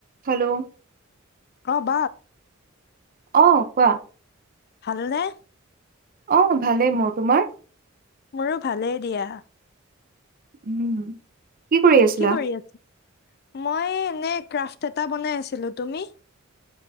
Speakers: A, on the right; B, on the left.
A: Hello
B: হ'ব
A: অঁ কোৱা
B: ভালনে
A: অ ভালেই মোৰ তোমাৰ
B: মোৰো ভালেই দিয়া
A: উম কি আছিলা
B: কি কৰি আছে মই এনে ক্ৰাফট এটা বনাই আছিলো। তুমি?